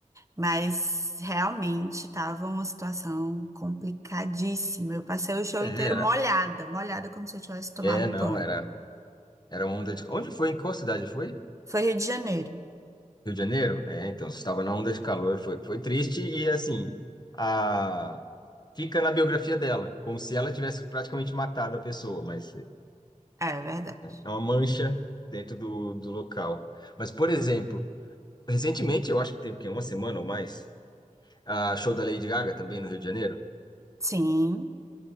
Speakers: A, on the right; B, on the left.
A: Mas realmente tava uma situação complicadíssima. Eu passei o show
B: É,
A: inteiro
B: Era,
A: molhada, molhada como se eu tivesse tomado
B: é, não,
A: banho.
B: era, era onda de. Onde foi? Em qual cidade foi?
A: Foi Rio de Janeiro.
B: Rio de Janeiro? É, então, você estava na onda de calor, foi, foi triste e assim, a, fica na biografia dela, como se ela tivesse praticamente matado a pessoa, mas
A: É é verdade.
B: É uma mancha dentro do, do local. Mas, por exemplo, recentemente, eu acho que tem o quê? Uma semana ou mais, a show da Lady Gaga também no Rio de Janeiro.
A: Sim.